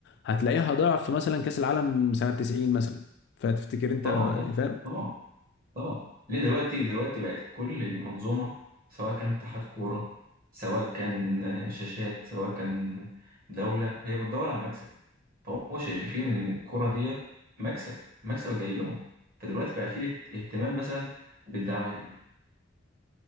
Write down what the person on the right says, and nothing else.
طبعا
يا اسطى
طبعا طبعا ليه دلوقتي دلوقتي بقت كل المنظومه سواء كان اتحاد كوره سواء كان آه، شاشات سواء كان دوله هي بتدور على مكسب فهم شايفين ان الكوره ديت مكسب مكسب جاي لهم فدلوقتي بقى فيه اهتمام مثلا بالدعايه